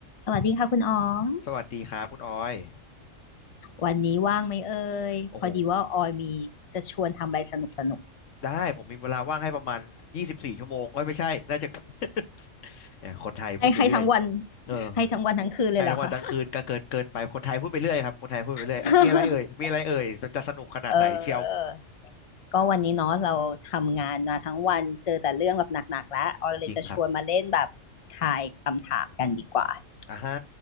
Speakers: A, on the left; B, on the left.
A: สวัสดีค่ะคุณอ๋อง
B: สวัสดีครับคุณออย
A: วันนี้ว่างไหมเอ่ยพอดีว่าออยมีจะชวนทำอะไรสนุกสนุก
B: โอ้โหได้ผมมีเวลาว่างให้ประมาณยี่สิบสี่ชั่วโมงเอ้ยไม่ใช่น่าจะ <laughs> เนี่ยคนไทยพูดไปเรื่อย
A: ให้ให้ทั้งวัน
B: เออ
A: ให้ทั้งวันทั้งคืนเลยเหรอคะ
B: ไทยทั้งวันทั้งคืนก็เกินเกินไป คนไทยพูดไปเรื่อยครับคนไทยพูดไปเรื่อยอันมีอะไรเอ่ยมีอะไรเอ่ยจะจะสนุกขนาดไหนเชียว
A: <laughs> เออก็วันนี้เนาะเราทำงานมาทั้งวันเจอแต่เรื่องแบบหนักๆแล้วออยเลยจะชวนมาเล่นแบบ
B: จริงครับ
A: ทายคำถามกันดีกว่า
B: อ่าฮะ